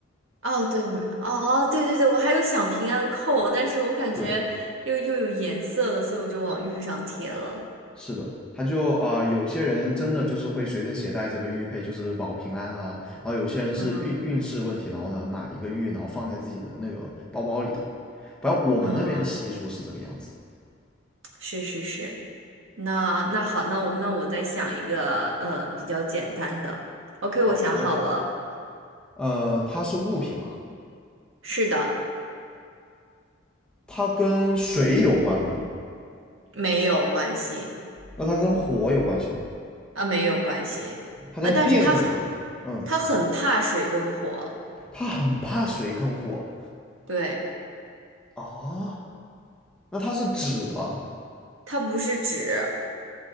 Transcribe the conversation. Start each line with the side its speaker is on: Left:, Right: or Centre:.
Right: 哦，对，哦，对对对，我还有想平安扣，但是我感觉又又有颜色的，
Centre: 对，
Right: 所以我就往玉上贴了。
Centre: 是的，他就啊、呃有些人真的就是会随身携带这个玉佩，就是保平安啊。然后有些人是运运势问题，
Right: 嗯
Centre: 然后呢买一个玉，然后放在自己的那个包包里头。反正我们那边的习俗是这个样子的。
Right: 嗯，是是是。那那好，那我那我再想一个呃比较简单的。OK，我想好了。
Centre: 好的，呃，它是物品嘛，
Right: 是的，
Centre: 它跟水有关吗？
Right: 没有关系
Centre: 那它跟火有关系吗？
Right: 啊，没有关系啊，
Centre: 它跟电有关？
Right: 但是他很
Centre: 嗯，
Right: 他很怕水跟火，
Centre: 它很怕水跟火。
Right: 对，
Centre: 哦，那它是纸吗？
Right: 它不是纸，